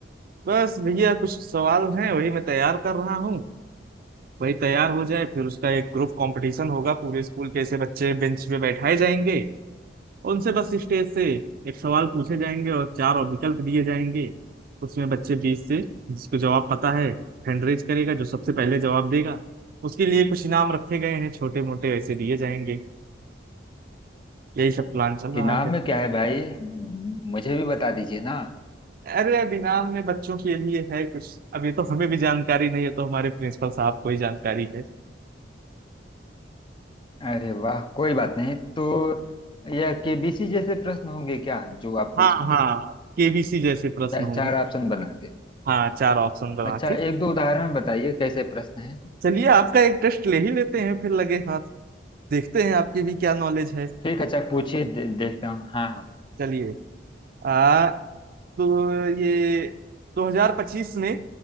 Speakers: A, on the right (about 50°); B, on the left (about 25°).
A: बस भैया कुछ सवाल हैं वही मैं तैयार कर रहा हूँ वही तैयार हो जाए फिर उसका एक ग्रुप कंपटीशन होगा पूरे स्कूल के ऐसे बच्चे बेंच पे बैठाए जाएंगे उनसे बस स्टेज से एक सवाल पूछे जाएंगे और चार विकल्प दिए जाएंगे उसमें बच्चे बीस से जिसको जवाब पता है हैंड रेज करेगा जो सबसे पहले जवाब देगा उसके लिए कुछ इनाम रखे गए हैं छोटे मोटे ऐसे दिए जाएंगे यही सब प्लान चल रहा
B: इनाम
A: है
B: में क्या है भाई म- मुझे भी बता दीजिए ना
A: अरे अब इनाम में बच्चों के लिए है कुछ अब ये तो हमें भी जानकारी नहीं है तो हमारे प्रिंसिपल साहब को ही जानकारी है
B: अरे वाह कोई बात नहीं तो यह केबीसी जैसे प्रश्न होंगे क्या जो आप पूछेंगे
A: हाँ हाँ केबीसी जैसे प्रश्न
B: चा,
A: होंगे
B: चार ऑप्शन बना के
A: हाँ चार ऑप्शन बना
B: अच्छा
A: के
B: एक दो उदाहरण बताइए कैसे प्रश्न है
A: चलिए आपका एक टेस्ट ले ही लेते हैं फिर लगे हाथ देखते हैं आपकी भी क्या नॉलेज है
B: ठीक है, अच्छा पूछिए दे, देखता हूँ हाँ हाँ
A: चलिए आ, तो ये 2025 में